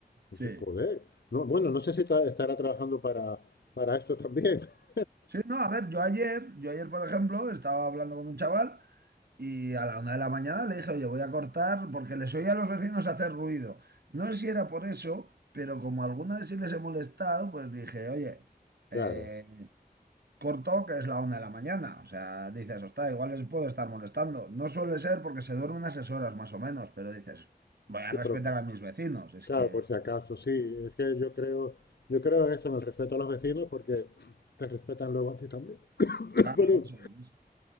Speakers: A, on the left (about 85°); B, on the right (about 75°).
A: Eso
B: Sí.
A: es joder. No, bueno, no sé si ta- estará trabajando para, para esto también. <laughs>
B: Sí, no, a ver, yo ayer, yo ayer, por ejemplo, estaba hablando con un chaval y a la una de la mañana le dije, oye, voy a cortar porque les oía a los vecinos hacer ruido. No sé si era por eso, pero como alguna vez sí les he molestado, pues dije, oye, eh,
A: Claro,
B: corto que es la una de la mañana. O sea, dices, ostras, igual les puedo estar molestando. No suele ser porque se duerme unas seis horas más o menos, pero dices, voy a
A: sí,
B: respetar
A: pero
B: a mis vecinos. Es
A: claro,
B: que,
A: por si acaso, sí, es que yo creo, yo creo eso en el respeto a los vecinos porque <clears throat> te respetan luego a ti también. <coughs> <clears throat>
B: claro,
A: Bueno,
B: eso es.